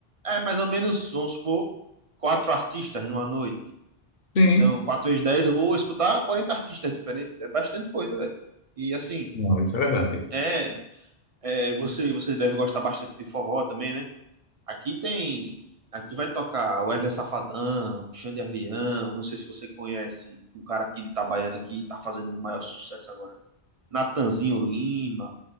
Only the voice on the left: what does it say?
Sim.
Não, isso é verdade.